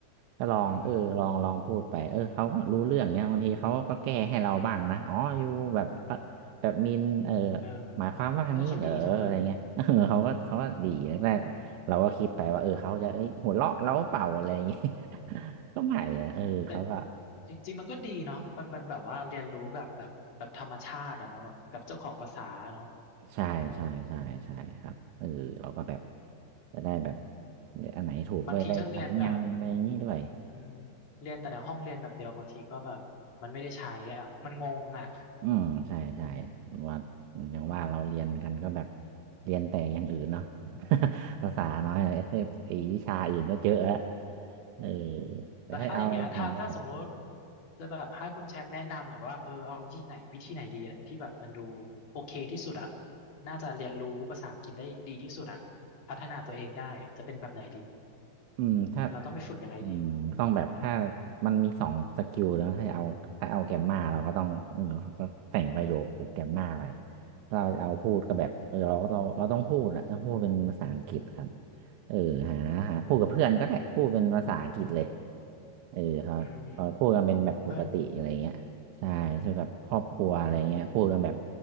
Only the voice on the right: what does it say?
ก็ลองเออลองลองพูดไปเออเขาก็รู้เรื่องเงี้ยบางทีเขาก็แก้ให้เราบ้างนะอ๋ออยู่แบบ
แบบมินเออ
หมายความว่าอันนี้เหรออะไรเงี้ย
<laughs> เออเขาก็เขาก็ดีแรกเราก็คิดไปว่าเออเขาจะเอ้ยหัวเราะเราเปล่าอะไรอย่างเงี้ย
<laughs> ก็ไม่นะเออเขาก็
ใช่ใช่ใช่ใช่ครับเออเราก็แบบ
จะได้แบบเลือกอันไหนถูกด้วยได้สำเนียงอะไรอย่างนี้ด้วย
อืมใช่ใช่ว่าอย่างว่าเราเรียนกันก็แบบเรียนแต่อย่างอื่นเนาะ <laughs> ภาษาน้อยอะไรคือไอ้วิชาอื่นก็เจอะแล้วเออแต่ให้เอาจริงๆก็แบบ
อืมถ้า
อืมต้องแบบถ้ามันมีสองสกิลแล้วให้เอาถ้าเอาแกมมาเราก็ต้องเออก็แต่งประโยคฝึกแกมมาไปถ้าเราจะเอาพูดก็แบบเออเราก็เราเราต้องพูดแหละต้องพูดเป็นภาษาอังกฤษครับเออหาหาพูดกับเพื่อนก็ได้พูดเป็นภาษาอังกฤษเลยเออเขาเขาพูดกันเป็นแบบปกติอะไรเงี้ยใช่ส่วนกับครอบครัวอะไรเงี้ยพูดกันแบบ